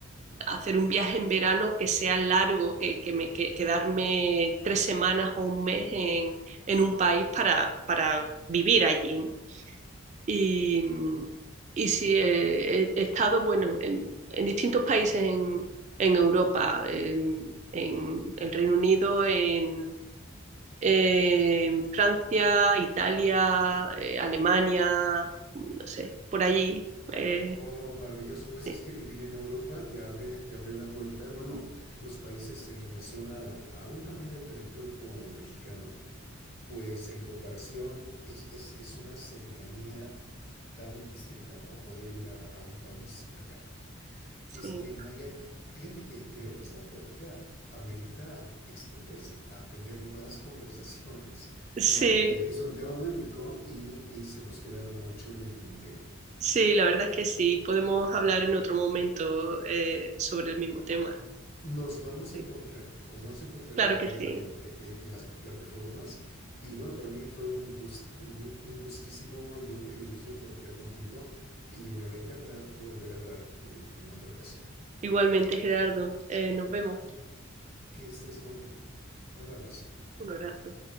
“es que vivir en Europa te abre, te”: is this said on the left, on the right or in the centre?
Left